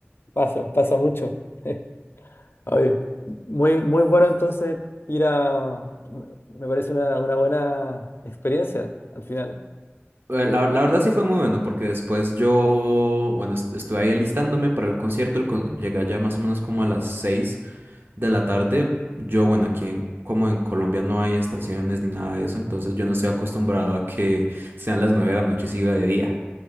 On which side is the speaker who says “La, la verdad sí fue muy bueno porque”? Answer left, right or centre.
Right